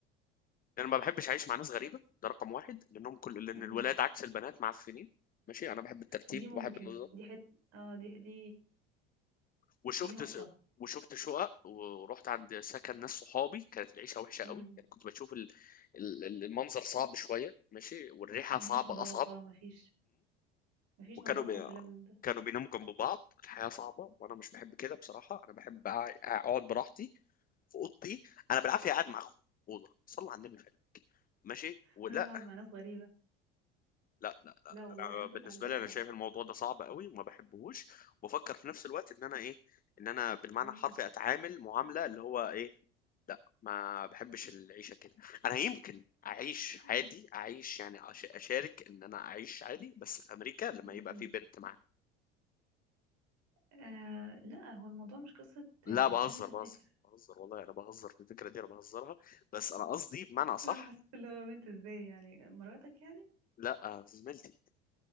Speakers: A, on the left (about 25°); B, on the right (about 50°).
A: انا ما بحبش اعيش مع ناس غريبه ده رقم واحد لانهم كل لان
B: امم
A: الولاد عكس البنات معفنين ماشي انا بحب الترتيب
B: دي ممكن
A: وبحب النظام
B: دي حت اه دي دي
A: وشفت
B: دي نقطة
A: س... وشفت شقق ورحت عند سكن ناس صحابي كانت العيشه وحشه
B: امم
A: قوي يعني كنت بشوف ال... ال- المنظر صعب شويه ماشي والريحه
B: مفيش
A: صعبه
B: نظافة
A: اصعب
B: مفيش مفيش
A: وكانوا
B: نظافة
A: بي...
B: وكلام من ده
A: كانوا بيناموا جنب بعض الحياة صعبة وانا مش بحب كده بصراحة انا بحب أع- اقعد براحتي في اوضتي انا بالعافية قاعد مع اخويا في اوضة صلى على النبي فعلا ماشي ولا
B: هروح اقعد
A: لا
B: مع ناس غريبة
A: لا لا انا
B: لا والله انا كنت
A: بالنسبة
B: على فكرة
A: لي انا شايف الموضوع ده صعب قوي وما بحبهوش وبفكر في نفس الوقت ان انا ايه ان انا بالمعنى
B: امم
A: الحرفي اتعامل معاملة اللي هو ايه لا ما بحبش العيشة كده انا يمكن اعيش عادي
B: امم
A: اعيش يعني أش- اشارك ان انا اعيش عادي بس في امريكا لما
B: امم
A: يبقى
B: <coughs>
A: في بنت معايا
B: آه لا هو الموضوع مش قصة
A: لا
B: آه،
A: بهزر
B: زي ما انت
A: بهزر
B: فاكر
A: بهزر والله انا بهزر في الفكره دي انا بهزرها بس انا قصدي بمعنى صح
B: لا انا حسيت اللي هو بنت ازاي يعني مراتك يعني
A: لا زميلتي